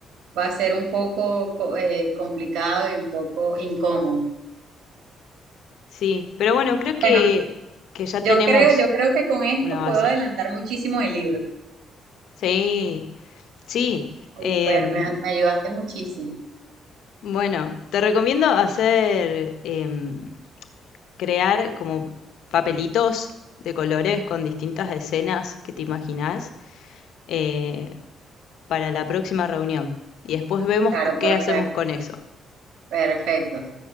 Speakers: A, on the right; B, on the left.
A: va a ser un poco co- eh, complicado y un poco incómodo.
B: Sí, pero bueno, creo que,
A: Bueno,
B: que ya
A: yo
B: tenemos
A: creo, yo creo que con esto
B: una base.
A: puedo adelantar muchísimo el libro.
B: Sí, sí.
A: Super,
B: em,
A: me, me ayudaste muchísimo.
B: bueno, te recomiendo hacer, em, crear como papelitos de colores con distintas escenas que te imaginás eh, para la próxima reunión. Y después vemos
A: Claro,
B: co- qué
A: perfecto,
B: hacemos con eso.
A: perfecto.